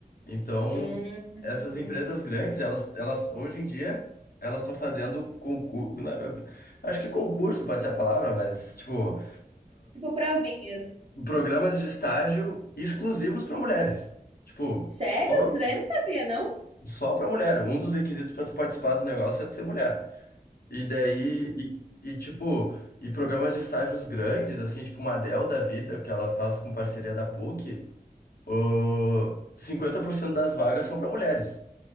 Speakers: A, on the left; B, on the right.
A: Então,
B: Hum.
A: essas empresas grandes, elas, elas hoje em dia, elas estão fazendo concurso. Acho que concurso pode ser a palavra, mas, tipo
B: Tipo provinhas.
A: programas de estágio exclusivos para mulheres. Tipo,
B: Sério?
A: só,
B: Isso daí eu não sabia, não?
A: só para mulher. Um dos requisitos para tu participar do negócio é tu ser mulher. E daí, e, e, tipo, e programas de estágios grandes, assim, tipo uma Dell da vida, que ela faz com parceria da PUC, o 50% das vagas são para mulheres.